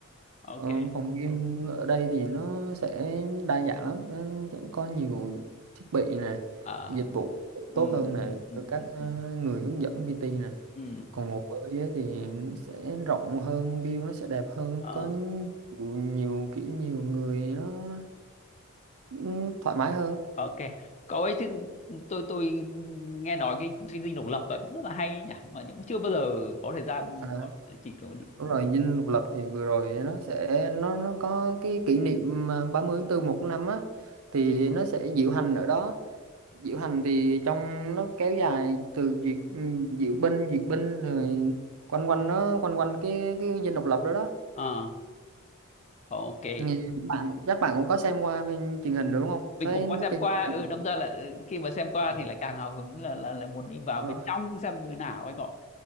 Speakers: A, on the left; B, on the right.
A: ok
B: Ờ, phòng gym ở đây thì nó sẽ đa dạng lắm, nó sẽ có nhiều thiết bị nè,
A: à
B: dịch vụ
A: ừ
B: tốt hơn nè,
A: ừ ừ
B: rồi các
A: ừ
B: ờ,
A: ừ
B: người hướng dẫn PT nè.
A: ừ.
B: Còn hồ bơi ấy thì sẽ rộng hơn, view nó sẽ đẹp hơn,
A: Ờ,
B: có nhiều, nhiều kiểu nhiều người nó ừm, thoải mái hơn
A: ok cậu ấy chứ tôi tôi nghe nói cái cái dinh độc lập ấy cũng rất là hay ấy nhỉ mà cũng chưa bao giờ có thời gian
B: à,
A: gọi là chỉ có đi,
B: đúng
A: đi.
B: rồi dinh độc lập thì vừa rồi nó sẽ nó nó có cái kỷ niệm à, 30 tháng 4 một năm á thì nó sẽ diễu hành ở đó diễu hành thì trong nó kéo dài từ duyệt ừm, diễu binh duyệt binh rồi quanh quanh nó quanh quanh cái cái dinh độc lập đó đó
A: Ờ, ok
B: Nhìn bạn chắc bạn cũng có xem qua bên truyền hình đúng không
A: mình
B: thấy
A: cũng có xem
B: trên
A: qua
B: truyền
A: ừ đâm
B: hình
A: ra là ừ, khi mà xem qua
B: ừ,
A: thì lại càng hào hứng là là, là muốn đi vào
B: đúng
A: bên
B: rồi
A: trong xem như nào ấy cậu